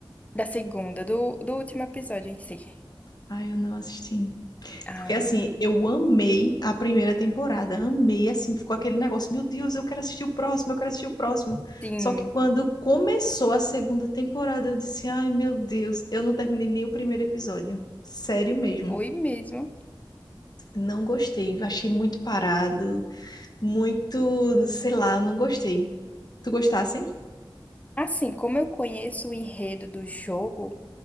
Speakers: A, on the left (about 15°); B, on the left (about 50°).
A: Da segunda, do, do último episódio em si.
B: Ai, eu não assisti.
A: Ah,
B: Porque assim, eu amei a primeira temporada, amei, assim, ficou aquele negócio, meu Deus, eu quero assistir o próximo, eu quero assistir o próximo.
A: sim,
B: Só que quando começou a segunda temporada, eu disse, ai, meu Deus, eu não terminei nem o primeiro episódio. Sério mesmo.
A: foi mesmo.
B: Não gostei, achei muito parado. muito, sei lá, eu não gostei. Tu gostasse?
A: Assim, como eu conheço o enredo do jogo,